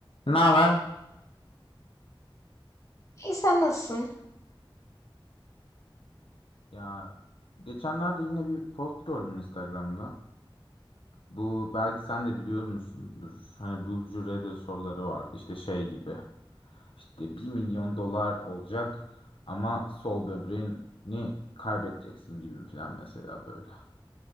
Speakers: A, on the left; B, on the left.
A: Ne haber?
B: İyi sen nasılsın?
A: Ya geçenlerde yine bir post gördüm Instagram'da. Bu belki sen de biliyor musundur. Hani Would you rather soruları vardı. İşte şey gibi. İşte bir milyon dolar olacak ama sol böbreğini kaybedeceksin gibi falan mesela böyle.